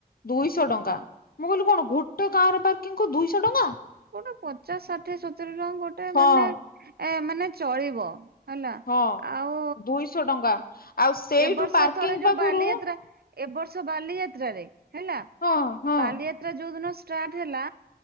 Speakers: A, on the left (about 65°); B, on the right (about 70°).
A: ଦୁଇଶହ ଟଙ୍କା ମୁଁ କହିଲି କଣ ଗୋଟେ କାର ପାର୍କିଂ କୁ ଦୁଇଶହ ଟଙ୍କା?
B: ଗୋଟେ ପଚାଶ ଷାଠିଏ ସତୁୁର ଟଙ୍କା ଗୋଟେ
A: ହଁ
B: ମାନେ ଏ ମାନେ ଚଳିବ ହେଲା
A: ହଁ
B: ଆଉ
A: ଦୁଇଶହ ଟଙ୍କା ଆଉ ସେଇଠୁ
B: ଏ ବର୍ଷ
A: ପାର୍କିଂ
B: ଥରେ ଯୋଉ
A: ପାଖରୁ
B: ବାଲିଯାତ୍ରା ଏବ ବର୍ଷ ବାଲିଯାତ୍ରାରେ ହେଲା
A: ହଁ ହଁ
B: ବାଲିଯାତ୍ରା ଯୋଉ ଦିନ ଷ୍ଟାର୍ଟ ହେଲା